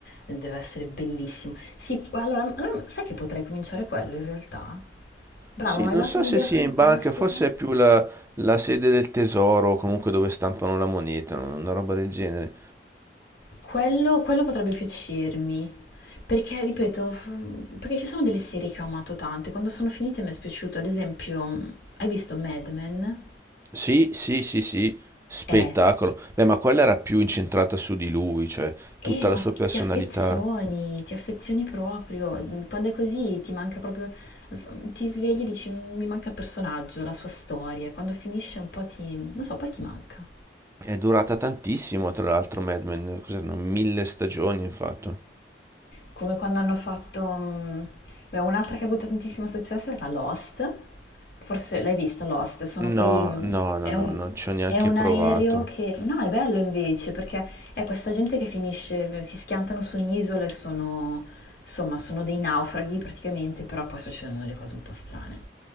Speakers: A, on the left; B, on the right.
A: deve essere bellissimo. Sì, allora, allora, sai che potrei cominciare quello in realtà? Bravo,
B: Sì,
A: mi
B: non
A: hai dato
B: so
A: un'idea
B: se sia
A: fantastica.
B: in banca, forse è più la, la sede del tesoro, o comunque dove stampano la moneta, una roba del genere.
A: Quello, quello potrebbe piacermi, perché, ripeto, f- perché ci sono delle serie che ho amato tanto e quando sono finite mi è spiaciuto. Ad esempio, mh, hai visto Mad Men?
B: Sì, sì, sì, sì, spettacolo.
A: Eh,
B: Beh, ma quella era più incentrata su di lui, cioè tutta
A: eh, ma
B: la sua personalità.
A: ti affezioni, ti affezioni proprio. Mm, Quando è così ti manca proprio, ti svegli e dici "Mm, mi manca il personaggio, la sua storia. e Quando finisce un po' ti, non so, poi ti manca.
B: È durata tantissimo, tra l'altro, Mad Men, cos'erano? Mille stagioni, infatti.
A: come quando hanno fatto... mm, beh, un'altra che ha avuto tantissimo successo è stata Lost, forse l'hai vista Lost, sono quei...
B: No,
A: mm,
B: no, no,
A: È
B: no,
A: un,
B: non ci ho neanche
A: è un
B: provato.
A: aereo che... No, è bello invece, perché è questa gente che finisce, si schiantano su un'isola e sono... Insomma, sono dei naufraghi praticamente, però poi succedono delle cose un po' strane.